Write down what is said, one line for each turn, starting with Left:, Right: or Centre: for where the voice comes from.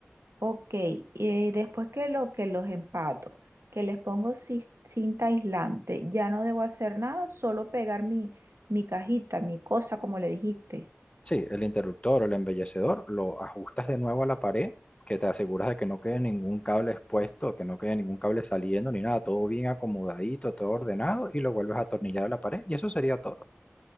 Right: Ok, y después que lo que los empato, que les pongo ci- cinta aislante, ya no debo hacer nada, solo pegar mi, mi cajita, mi cosa, como le dijiste.
Left: Sí, el interruptor o el embellecedor lo ajustas de nuevo a la pared, que te aseguras de que no quede ningún cable expuesto, que no quede ningún cable saliendo ni nada, todo bien acomodadito, todo ordenado, y lo vuelves a atornillar a la pared, y eso sería todo.